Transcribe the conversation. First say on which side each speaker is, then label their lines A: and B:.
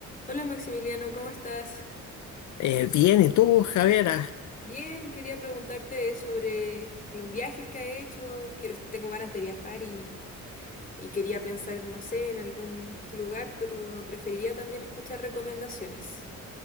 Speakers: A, on the left (about 25°); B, on the left (about 70°).
A: Hola Maximiliano, ¿cómo estás?
B: Eh, bien, ¿y tú, javera
A: Bien, quería preguntarte sobre los viajes que has hecho. Quiero- tengo ganas de viajar y, y quería pensar, no sé, en algún lugar, pero preferiría también escuchar recomendaciones.